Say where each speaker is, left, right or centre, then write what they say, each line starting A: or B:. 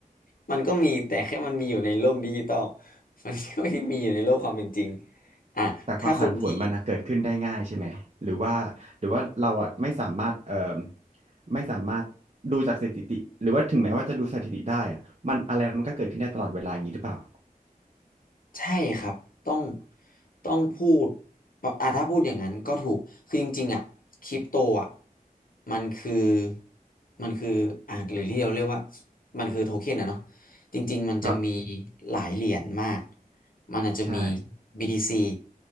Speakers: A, on the left; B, on the right.
A: <laughs> มันก็มีแต่แค่มันมีอยู่ในโลกดิจิตอลมันก็ไม่ได้มีอยู่ในโลกความเป็นจริงอ่ะถ้าคนที่
B: แต่ความผันผวนมันนะเกิดขึ้นได้ง่ายใช่ไหมหรือว่าหรือว่าเราอ่ะไม่สามารถเอ่อไม่สามารถดูจากสถิติหรือว่าถึงแม้ว่าจะดูสถิติได้อ่ะมันอะไรมันก็เกิดขึ้นได้ตลอดเวลาอย่างนี้หรือเปล่า
A: ใช่ครับต้องต้องพูดแบบอ่ะถ้าพูดอย่างนั้นก็ถูกคือจริงๆอ่ะคริปโตอ่ะมันคือมันคืออ่ะหรือที่เราเรียกว่ามันคือโทเค็นอะเนาะจริงๆมันจะมี
B: ครับ
A: หลายเหรียญมากมันอาจจะมี
B: ใช่
A: BTC